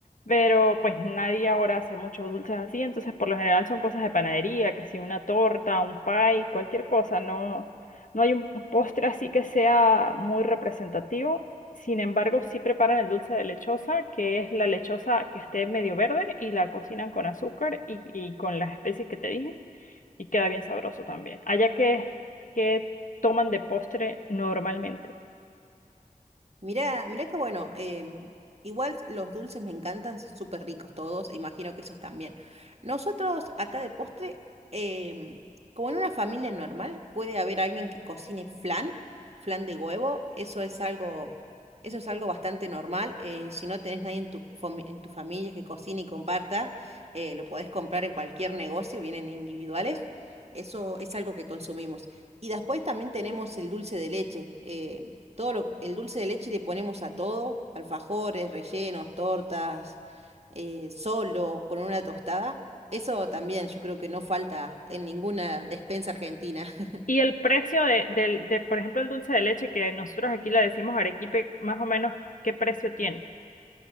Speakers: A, on the left; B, on the right.
A: Pero pues nadie ahora hace muchos dulces así, entonces por lo general son cosas de panadería, que si una torta, un pie, cualquier cosa, no, no hay un un postre así que sea muy representativo. Sin embargo, sí preparan el dulce de lechosa, que es la lechosa que esté medio verde y la cocinan con azúcar y, y con las especies que te dije y queda bien sabroso también. Allá que, que toman de postre normalmente.
B: Mirá, mirá qué bueno. em, igual los dulces me encantan, son súper ricos todos, imagino que esos también. Nosotros acá de postre, em, como en una familia normal, puede haber alguien que cocine flan, flan de huevo, eso es algo, eso es algo bastante normal. eh, si no tenés nadie en tu, fami- en tu familia que cocine y comparta, eh, lo podés comprar en cualquier negocio, vienen individuales. Eso es algo que consumimos. Y después también tenemos el dulce de leche. em, todo lo- el dulce de leche le ponemos a todo, alfajores, rellenos, tortas, eh, solo, con una tostada. Eso también yo creo que no falta en ninguna despensa argentina. <laughs>
A: Y el precio de, del, de, por ejemplo, el dulce de leche, que nosotros aquí le decimos arequipe, más o menos, ¿qué precio tiene?